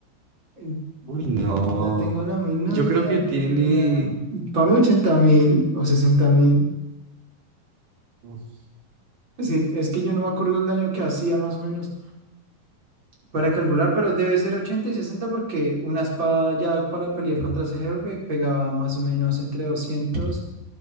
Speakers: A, on the right; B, on the right.
A: Eh,
B: Uy, no.
A: No tengo la menor
B: Yo
A: idea
B: creo que
A: de
B: tiene...
A: cuánto era. Para mí, ochenta mil o sesenta mil.
B: Uf.
A: Es que, es que yo no me acuerdo el daño que hacía, más o menos. Para calcular, pero debe ser 80 y 60 porque una espada ya para pelear contra ese jefe pegaba más o menos entre 200